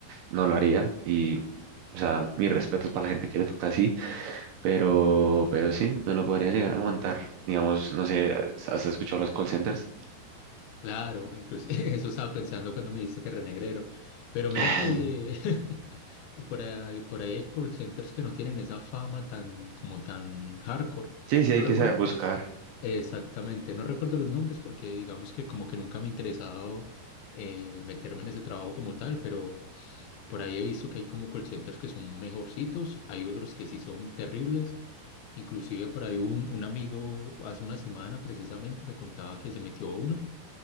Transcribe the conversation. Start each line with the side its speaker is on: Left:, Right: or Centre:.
Right: no lo haría y, o sea, mis respetos para la gente que le toca así, pero, pero sí, me lo podría llegar a aguantar. Digamos, no sé, ¿has escuchado los call centers? <clears throat>
Left: Claro, Incluso <laughs> eso estaba pensando cuando me dijiste que renegrero. Pero mira
Right: <laughs>
Left: que <laughs> por ahí, por ahí hay call centers que no tienen esa fama tan como tan hardcore.
Right: Sí, sí,
Left: No
Right: hay que
Left: recuerdo
Right: saber buscar.
Left: exactamente, no recuerdo los nombres porque digamos que como que nunca me ha interesado eh, meterme en ese trabajo como tal, pero por ahí he visto que hay como call centers que son mejorcitos, hay otros que sí son terribles. Inclusive por ahí un, un amigo hace una semana precisamente me contaba que se metió a uno